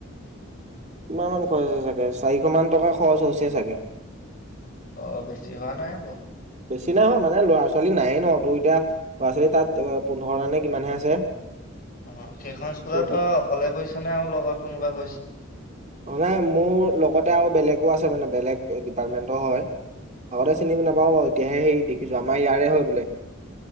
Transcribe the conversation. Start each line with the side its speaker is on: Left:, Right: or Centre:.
Right: কিমান মান খৰচ আছে চাগে? চাৰিশ মান টকা খৰচ হৈছে চাগে।
Left: অ' বেছি হোৱা নাই বাৰু।
Right: বেছি নাই হোৱা, মানে ল'ৰা-ছোৱালী নাইয়েই ন, তোৰ এতিয়া ল'ৰা-ছোৱালী তাত এ পোন্ধৰ জন নে কিমানহে আছে।
Left: অ' সেইখন স্কুলতো
Right: ত' সেই
Left: অকলে গৈছা নে আৰু লগত কোনোবা গৈছে?
Right: অ' নাই, মোৰ লগতে আৰু বেলেগো আছে মানে, বেলেগ ডিপাৰ্টমেণ্টৰ হয়। আগতে চিনি নাপাওঁ বাৰু, এতিয়াহে সেই দেখিছোঁ। আমাৰ ইয়াৰে হয় বোলে।